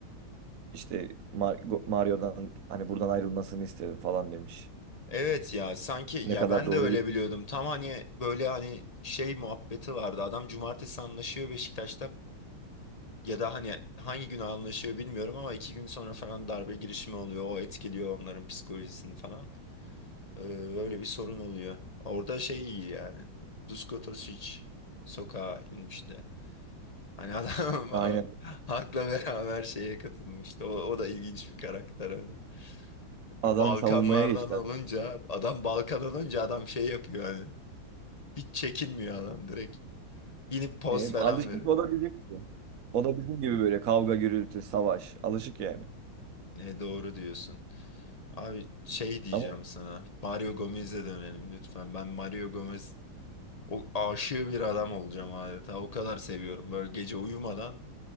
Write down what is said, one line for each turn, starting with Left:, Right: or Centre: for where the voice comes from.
Right: İşte Mar- Go- Mario'dan hani buradan ayrılmasını istedim falan demiş.
Left: evet ya sanki ya
Right: Ne kadar
Left: ben
Right: doğru
Left: de öyle
Right: bir
Left: biliyordum tam hani böyle hani şey muhabbeti vardı adam cumartesi anlaşıyor Beşiktaş'ta Ya da hani hangi gün anlaşıyor bilmiyorum ama iki gün sonra falan darbe girişimi oluyor. O etkiliyor onların psikolojisini falan. Ee, öyle bir sorun oluyor. Orada şey iyi yani. Dusko Tosic sokağa inmişti. Hani adam <laughs> ha-
Right: aynen
Left: halkla beraber şeye katılmıştı. O, o da ilginç bir karakter hani.
Right: adam
Left: Balkanlardan
Right: savunmaya geçti.
Left: olunca adam Balkan olunca adam şey yapıyor hani. Hiç çekinmiyor adam direkt. İnip poz
Right: E,
Left: falan
Right: alışık
Left: veriyor.
Right: o da bizim gibi. O da bizim gibi böyle kavga gürültü savaş alışık yani.
Left: Ne doğru diyorsun. Abi şey diyeceğim
Right: Ama
Left: sana. Mario Gomez'e dönelim lütfen. Ben Mario Gomez o aşığı bir adam olacağım adeta. O kadar seviyorum. Böyle gece uyumadan